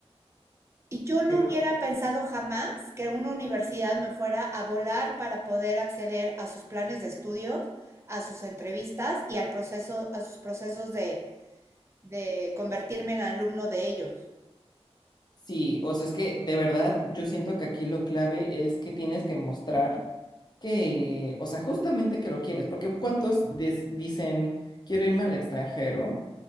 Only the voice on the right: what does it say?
Y yo no
hubiera pensado jamás que una universidad me fuera a volar para poder acceder a sus planes de estudios, a sus entrevistas y al proceso, a sus procesos de, de convertirme en alumno de ellos.